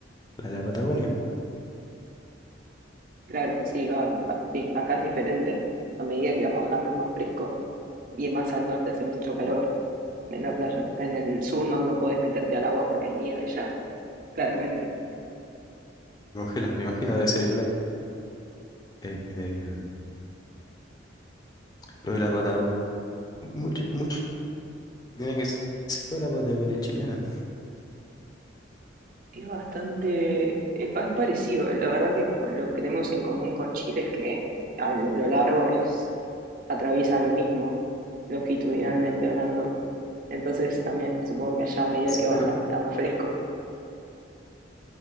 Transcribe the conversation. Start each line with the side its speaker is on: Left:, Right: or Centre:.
Left: la de la Patagonia.
Right: Claro, sí, va, sí, acá es diferente. A medida que vas bajando es más fresco y más al norte hace mucho calor en la playa. En el sur no, no podés meterte al agua porque hay nieve ya, <laughs> claramente.
Left: Congelas, me imagino, debe ser igual a- eh, eh, lo de la Patagonia. Mucho, mucho tiene que ser la Patagonia chilena.
Right: Es bastante, es, pa- es parecido. La verdad que con lo que tenemos en común con Chile es que a lo largo es, atraviesa lo mismo, longitudinalmente hablando. Entonces también supongo que allá a medida
Left: Sí,
Right: que bajan
Left: pero
Right: está más fresco.